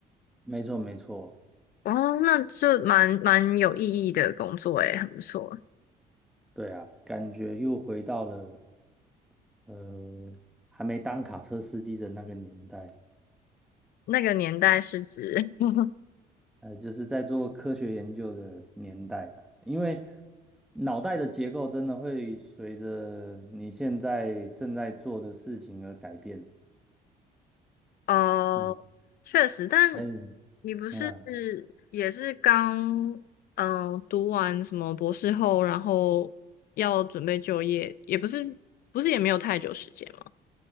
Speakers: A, in the centre; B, on the left.
A: 没错，没错，
B: 哦，那这蛮蛮有意义的工作诶，很不错。
A: 对啊，感觉又回到了呃还没当卡车司机的那个年代。
B: 那个年代是指 <laughs>
A: 呃，就是在做科学研究的年代啊，因为脑袋的结构真的会随着你现在正在做的事情而改变。
B: 哦，
A: 嗯，
B: 确实，但
A: 哎，
B: 你不是
A: 哎呀，
B: 也是刚嗯读完什么博士后，然后要准备就业，也不是不是也没有太久时间嘛。